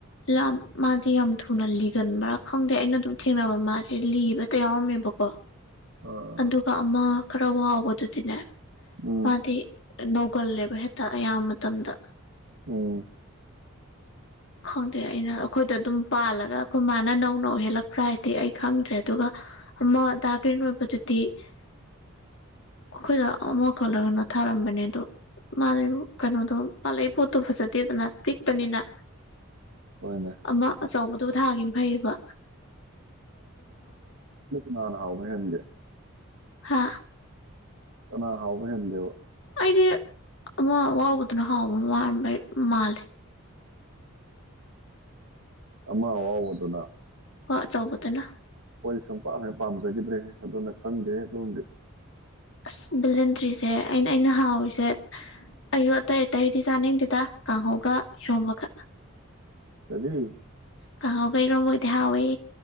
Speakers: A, on the left; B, on the right.
A: ꯂ ꯃꯥ ꯗꯤ ꯌꯥꯝ ꯊꯨꯅ ꯂꯤꯒꯟꯕ꯭ꯔꯥ ꯈꯪꯗꯦ ꯑꯩꯅ ꯑꯗꯨꯝ ꯊꯦꯡꯅꯕ ꯃꯥꯁꯦ ꯂꯤꯕꯇ ꯌꯥꯎꯔꯝꯃꯦꯕꯀꯣ
B: ꯑꯥ
A: ꯑꯗꯨꯒ ꯑꯃ ꯈꯔ ꯋꯥꯕꯗꯨꯗꯤꯅꯦ
B: ꯎꯝ
A: ꯃꯥꯗꯤ ꯅꯧꯒꯜꯂꯦꯕ ꯍꯦꯛꯇ ꯑꯌꯥꯝꯕ ꯃꯇꯝꯗ
B: ꯎꯝ
A: ꯈꯪꯗꯦ ꯑꯩꯅ ꯑꯩꯈꯣꯏꯗ ꯑꯗꯨꯝ ꯄꯥꯜꯂꯒ ꯑꯩꯈꯣꯏ ꯃꯥꯅ ꯅꯧ ꯅꯧ ꯍꯦꯜꯂꯛꯄ꯭ꯔꯥ ꯍꯥꯏꯗꯤ ꯑꯩ ꯈꯪꯗ꯭ꯔꯦ ꯑꯗꯨꯒ ꯑꯃ ꯗꯥꯒ꯭ꯔꯦꯟ ꯑꯣꯏꯕꯗꯨꯗꯤ ꯑꯩꯈꯣꯏꯗ ꯑꯃꯨꯈꯜꯂꯒꯅ ꯊꯥꯔꯝꯕꯅꯦ ꯑꯗꯣ ꯃꯥꯗꯤ ꯀꯩꯅꯣꯗꯣ ꯄꯥꯜꯂꯛꯏ ꯄꯣꯠꯇꯣ ꯐꯖꯗꯦꯗꯅ ꯄꯤꯛꯄꯅꯤꯅ
B: ꯍꯣꯏꯅꯦ
A: ꯑꯃ ꯑꯆꯧꯕꯗꯨꯕꯨ ꯊꯥꯒꯅ ꯐꯩꯕ
B: ꯅꯅ ꯍꯥꯎꯅ ꯍꯦꯟꯒꯦ
A: ꯍꯥꯥ
B: ꯅꯥ ꯍꯥꯎ ꯃꯟ ꯂꯩꯦꯕ
A: ꯑꯩꯗꯤ ꯑꯃ ꯋꯥꯕꯗꯨꯅ ꯍꯥꯎꯕ ꯃ ꯃꯥꯜꯂꯦ
B: ꯑꯃ ꯋꯥꯕꯨ ꯑꯗꯨꯅ
A: ꯍꯣꯏ ꯑꯆꯧꯕꯗꯨꯅ
B: ꯑꯣꯏ ꯁꯨꯡ ꯄꯥꯛ ꯍꯅ ꯄꯥꯝꯖꯈꯤꯗ꯭ꯔꯦ ꯑꯗꯨꯅ ꯈꯪꯗꯦ ꯑꯣꯝꯗꯤ
A: ꯑ ꯕꯤꯂꯦꯟꯇ꯭ꯔꯤꯁꯦ ꯑꯩꯅ ꯑꯩꯅ ꯍꯥꯎꯔꯤꯁꯦ ꯑꯩꯁꯨ ꯑꯇꯩ ꯑꯇꯩꯗꯤ ꯆꯥꯅꯤꯡꯗꯦꯗ ꯀꯥꯡꯍꯧꯒ ꯏꯔꯣꯝꯃꯒ
B: ꯀꯗꯤ
A: ꯀꯥꯡꯍꯥꯎꯈꯩꯔꯣꯝꯕꯒꯗꯤ ꯍꯥꯎꯏ